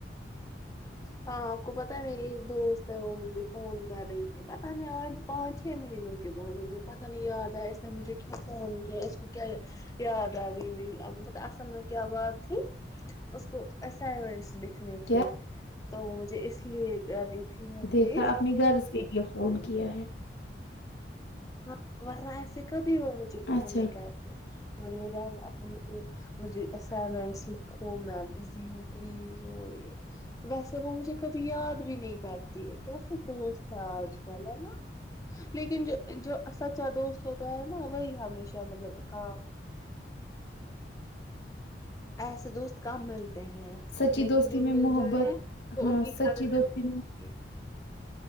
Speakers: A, on the left; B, on the left.
A: ہاں آپ کو پتاہ میری ایک دوست ہے وہ مجھے فون کر رہی تھی پتہ نہیں آٹ پانچ چھ مہینوں کے بعد مجھے پتہ نہیں یاد آیا اس نے مجھے کی فون کیا اس کو کیا یاد آ گئی م آپ کو پتا اصل میں کیا بات تھی اس کو اسائمنٹس ل نہیں
B: کیا
A: تھے تو مجھے اس لیے تھی میسج
B: دیکھا اپنی رض کی یہ فون کیا ہے
A: ہاں اور رہا ایسے کب بھی وہ مجھے فون
B: اچھا
A: نہیں کرتے اورے ر مجھ مجھے اسائنمنٹس لکھوں میں بزی ہوں پلیز وہ یہ ویسے وہ مجھے کبھی یاد بھی نہیں کرتی ہے کیسے دوست ہے آج کل ہے نا لیکن جو جوب بچا دوستوں تو ہے نا وہی ہمیشہ مطلب ا کا ایسے دوست کم ملتے ہیں
B: سچی
A: لیکن
B: دوستی
A: جو
B: میں
A: مل
B: محبت
A: جائے تو
B: ہاں
A: ان کی
B: سچی
A: قادت
B: دوستی
A: کرنییے
B: میں